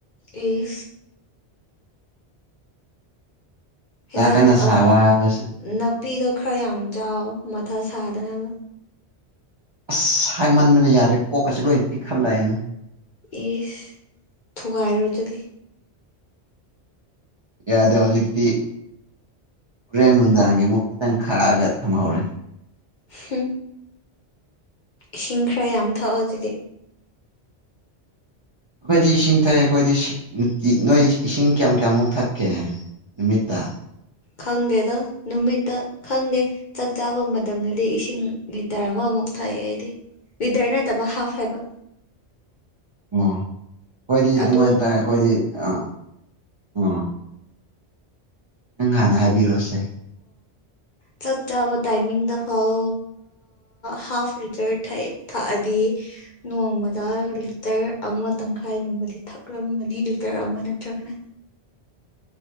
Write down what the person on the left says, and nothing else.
ꯏ ꯍꯟꯖꯥꯡꯅꯥ
ꯅꯥꯄꯤꯗꯣ ꯈꯔ ꯌꯥꯝ ꯆꯥꯎ ꯃꯊ ꯊꯥꯗꯅꯕ
ꯑꯦ ꯊꯨꯒꯥꯏꯔꯣ ꯑꯗꯨꯗꯤ
ꯍ ꯏꯁꯤꯡ ꯈꯔ ꯌꯥꯝ ꯊꯛꯑꯣ ꯑꯗꯨꯗꯤ
ꯈꯪꯗꯦꯗ ꯅꯨꯃꯤꯠꯇ ꯈꯪꯗꯦ ꯆꯥꯛ ꯆꯥꯕ ꯃꯇꯝꯗꯗꯤ ꯏꯁꯤꯡ ꯂꯤꯚꯤꯇꯔ ꯑꯃ ꯃꯨꯛ ꯊꯥꯏ ꯀꯗꯤ ꯇ ꯍꯥ ꯍꯥꯏꯕ
ꯑꯗꯨ
ꯆꯣꯛ ꯇꯣ ꯇꯥꯏꯃꯤꯡꯗ ꯐꯥꯎ ꯍꯥꯐ ꯂꯤꯇꯔ ꯊꯛꯑꯗꯤ ꯅꯣꯡꯃꯗ ꯂꯤꯇꯔ ꯑꯃ ꯇꯪꯈꯥꯏꯒꯨꯝꯕꯗꯤ ꯊꯛꯂꯝꯒꯅꯤ ꯂꯤꯇꯔ ꯑꯃ ꯅꯠꯇ꯭ꯔꯒꯅ